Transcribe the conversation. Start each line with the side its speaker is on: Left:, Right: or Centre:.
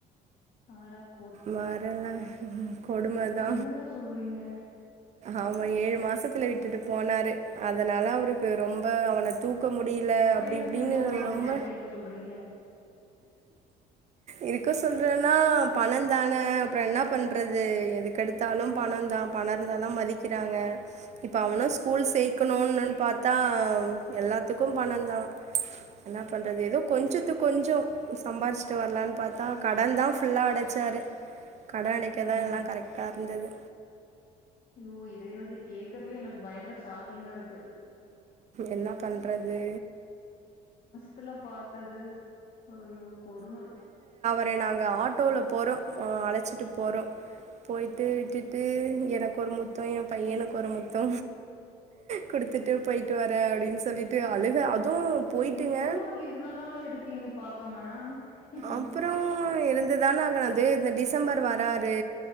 Left: ஆடப்
Right: வரல கொடும தா.
Left: என்னங்க சொல்றீங்க?
Right: ஆமா ஏழு மாசத்துல விட்டுட்டு போனாரு அதனால அவருக்கு ரொம்ப அவன தூக் க்க முடில
Left: அப்புறம்
Right: அப்டி
Left: ஏங்க
Right: இப்டின்னு
Left: திரும்பவும் அவங்கள
Right: ரொம்ப
Left: அங்கேயே இருக்க சொல்றீங்க?
Right: இருக்க சொல்றேனா பணந்தான அப்புறோ என்னா பண்றது எதுக்கெடுத்தாலு பணோ தா பணோ இருந்தா தா மதிக்கிறாங்க இப்போ அவனு ஸ்கூல் சேக்கணுன்னு பாத்தா எல்லாத்துக்கு பணந்தா என்னா பண்றது ஏதோ கொஞ்சத்துக்கு கொஞ்சோ சம்பாரிச்சுட்டு வர்லான் பாத்தா கடன் தா ஃபுல்லா அட சாரு கடோ அடைக்கதா
Left: ம்
Right: எல்லா கரெக்ட்டா இருந்தது
Left: யோ இது எனக்கு கேக்கவே எனக்கு பயங்கர ஷாக்கிங்கா இருக்கு
Right: என்னா பண்றது
Left: ட்டுல பாத்தது அய்யோ கொடும
Right: அ நாங்க ஆட்டோல போறோ அ அழச்சிட்டு போறோ போய்ட்டு விட்டுட்டு எனக்கொரு முத்தோ என் பையனுக்கு ஒரு முத்தோ குடுத்துட்டு போய்ட்டு வரே அப்டின்னு சொல்லிட்டு அழுக அத் தூம் போயிட்டுங்க
Left: நீங்களும் இவ்ளோ நாளா இருக்கீங்க பாக்காம ஐயோ
Right: அப்புறோ இருந் இது தான ஆங்குனது இந்த டிசம்பர் வராரு